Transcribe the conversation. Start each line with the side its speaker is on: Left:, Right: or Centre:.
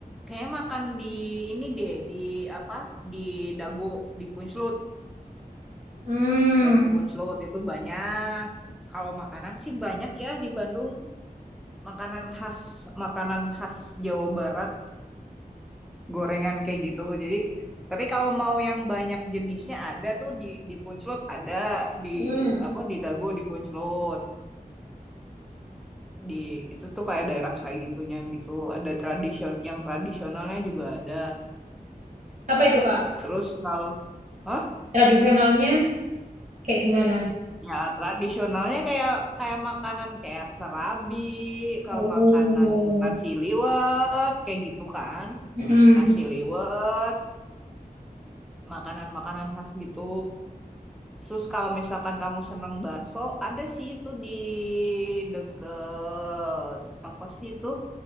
Centre: kayak makan di ini deh, di apa? Di Dago, di Punclut.
Right: Hmm.
Centre: dago punclut itu banyak. Kalau makanan sih banyak ya di Bandung. Makanan khas, makanan khas Jawa Barat, gorengan kayak gitu. Jadi, tapi kalau mau yang banyak jenisnya ada tuh di di Punclut, ada di
Right: Hmm.
Centre: apa di Dago di Punclut. Di itu tuh kayak daerah kayak gitunya gitu. Ada tradision yang tradisionalnya juga ada.
Right: Apa itu Kak?
Centre: Terus kalau Hah?
Right: Tradisionalnya kayak gimana?
Centre: Ya, tradisionalnya kayak kayak makanan kayak serabi, kalau
Right: Oh.
Centre: makanan nasi liwet kayak gitu kan.
Right: Hmm.
Centre: Nasi liwet, makanan-makanan khas gitu. Terus kalau misalkan kamu senang bakso, ada sih itu di deket apa sih itu?